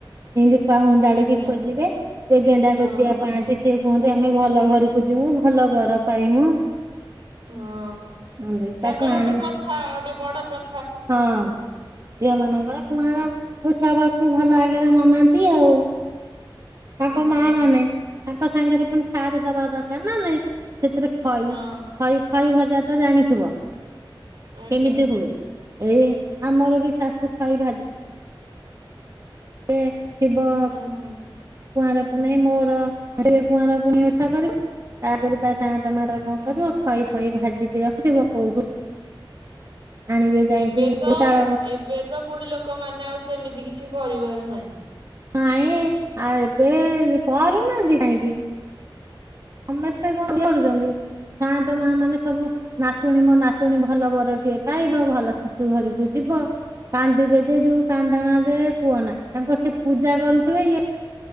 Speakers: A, on the right; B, on the right.
A: ଏମ ଦୀପା ହଣ୍ଡାଳିକି
B: ଆଜ୍ଞା
A: ଖୋଜିବେ ଯେ ଗେଣ୍ଡା
B: ହଁ
A: କଚିଆ ପାଆନ୍ତି। ସେିଏ କୁହନ୍ତି ଆମେ ଭଲ ଘରକୁ ଯିବୁ ଭଲ ବର ପାଇମୁ।
B: ହଁ
A: କୁହନ୍ତି ତାକୁ
B: ତାଙ୍କର ଗୋଟେ
A: ଆଣି
B: ପ୍ରଥା ଗୋଟେ ବଡ ପ୍ର
A: ହଁ ଝିଅମାନଙ୍କର
B: ହୁଁ
A: କୁମାର ଉ ସବକୁ ଭଲ ଆଗରେ ମନାନ୍ତି ଆଉ ତାଙ୍କ
B: ହୁଁ
A: ମା
B: ହୁଁ,
A: ମାନେ ତାଙ୍କ ସାଙ୍ଗରେ ପୁଣି ସାଥ ଦବା ଦରକାର ନା ନାଇଁ ସେଥିରେ ଖଇ
B: ହଁ
A: ଖଇ ଖାଇ ଭଜା ତ ଜାଣିଥିବ।
B: ଆଜ୍ଞା
A: କେମିତି ହୁଏ ଏଇ ଆମର ବି ଶାଶୁ ଖଇବାଜ ଶିବ <unintelligible>
B: ଓହୋ।
A: କୁଆଁର ପୁଣି ମୋର ସେ କୁଆଁର ପୁଣି ଓଷା କରିବ ତା ଆଗରୁ ତା ସା ଟମାଟର କଣ
B: ଆଜ୍ଞା।
A: କରିବ ଖଇ ଫଇ ଭାଜିକି ରଖଥିବ କୋଉଠୁ ଆଣିବେ ଯାଇକି
B: ଏବେ ତ
A: ତାଳ
B: ଏବେ ତ ବୁଢୀ ଲୋକମାନୋନେ ଆଉ ସେମିତି କିଛି କରିବାର ନାହିଁ।
A: ନାଇଁ ଆଉ ଏବେ କରୁନାହାନ୍ତି କାହିଁକି ସମସ୍ତେ କଣ କରୁଛନ୍ତି ସା ତ ମା ମାନେ ସବୁ ନାାତୁଣୀ ମୋ ନାାତୁଣୀ ଭଲ ବରଟିଏ ପାଇବ ଭଲ ଶାଶୁ ଘରକୁ ଯିବ। କାନ୍ଦିବେ ଯେ ଯୋଉ କାନ୍ଦାଣା ଯେ କୁହନା ତାଙ୍କ ସେ ପୂଜା କରୁଥିବେ ଇଏ